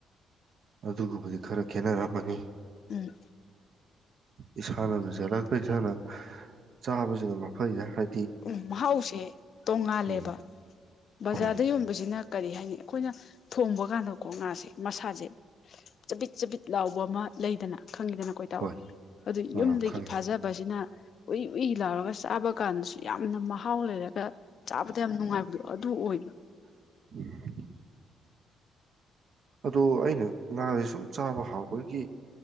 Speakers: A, on the right; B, on the left.
A: ꯑꯗꯨꯒꯨꯝꯕꯗꯤ ꯈꯔ ꯈꯦꯠꯅꯔꯃꯅꯤ
B: ꯎꯝ
A: ꯏꯁꯥꯅꯁꯨꯖꯔꯛꯇ ꯏꯁꯥꯅ ꯆꯥꯕꯁꯤꯅ ꯃꯩꯁ ꯍꯥꯏ
B: ꯎꯝ ꯃꯍꯥꯎꯁꯦ ꯇꯣꯡꯉꯥꯜꯂꯦꯕ
A: ꯎꯝ
B: ꯕꯖꯥꯔꯗ
A: ꯍꯣꯏ
B: ꯌꯣꯟꯕꯁꯤꯅ ꯀꯔꯤ ꯍꯥꯏꯅꯤ ꯑꯩꯈꯣꯏꯅ ꯊꯣꯡꯕ ꯀꯥꯟꯗꯀꯣ ꯉꯥꯁꯦ ꯃꯁꯥꯁꯦ ꯆꯕꯤꯠ ꯆꯕꯤꯠ ꯂꯥꯎꯕ ꯑꯃ ꯂꯩꯗꯅ ꯈꯪꯉꯤꯗꯅ ꯀꯣꯏ ꯇꯥꯎ
A: ꯍꯣꯏ
B: ꯑꯗꯨ
A: ꯑꯥ
B: ꯌꯨꯝꯗꯒꯤ
A: ꯈꯪꯉꯦ
B: ꯐꯥꯖꯕꯁꯤꯅ ꯑꯣꯤꯂꯥꯔ ꯀꯁꯤ ꯑꯕ ꯀꯥꯟꯁꯨ ꯌꯥꯝꯅ ꯃꯍꯥꯎ ꯂꯩꯔꯦ ꯆꯥꯕꯗ ꯌꯥꯝ ꯅꯨꯡꯉꯥꯏꯕꯗꯣ ꯑꯗꯨ ꯑꯣꯏꯕ
A: ꯎꯝ ꯑꯗꯣ ꯑꯩꯅ ꯉꯥꯁꯦ ꯁꯨꯝ ꯆꯥꯕ ꯍꯥꯎꯕꯒꯤ